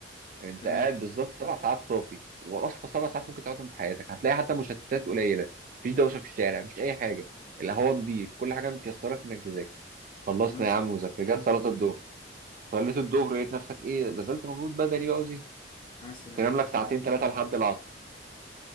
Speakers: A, on the right; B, on the left.
A: انت
B: تمام
A: قاعد بالظبط سبع ساعات صافي واصفى سبع ساعات ممكن تقعدهم في حياتك هتلاقي حتى مشتتات قليله مفيش دوشه في الشارع مفيش اي حاجه الهواء نضيف كل حاجه متيسره في انك تذاكر خلصنا
B: كلام سليم
A: يا عم مذاكره جت صلاه الظهر صليت الظهر لقيت نفسك ايه بذلت مجهود بدني بقى وزي
B: على السلامه
A: تنام لك ساعتين ثلاثه لحد العصر